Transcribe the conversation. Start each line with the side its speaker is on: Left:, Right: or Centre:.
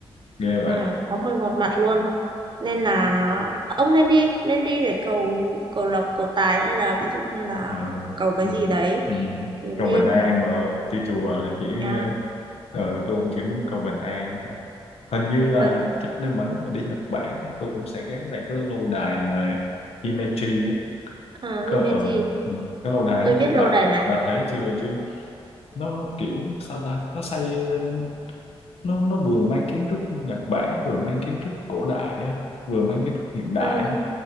Left: ghê
Right: Ừ,
Left: vậy
Right: có 11 mặt luôn. Nên là ông nên đi, nên đi để cầu cầu lộc, cầu tài hay là ví dụ như là
Left: ờ
Right: cầu cái
Left: ừ.
Right: gì đấy
Left: Ừ.
Right: thì
Left: cầu
Right: nên
Left: bình an mà ơi đi chùa là
Right: cầu
Left: chỉ
Right: bình an.
Left: ờ ờ, tôi cũng chỉ muốn cầu bình an thôi hình như
Right: <laughs>
Left: là chắc nên mà nếu mà đi Nhật Bản á, tôi cũng sẽ ghé lại cái lâu đài mà Himeji á,
Right: Ờ,
Left: cơ
Right: Himeji,
Left: ở ừ, cái lâu đài
Right: tôi
Left: không
Right: biết
Left: biết
Right: lâu
Left: bà
Right: đài này.
Left: bà thấy chưa chứ nó kiểu sao ta nó xây lên nó nó vừa mang kiến trúc Nhật Bản vừa mang kiến trúc cổ đại á, vừa mang kiến trúc hiện đại
Right: Ừ,
Left: á.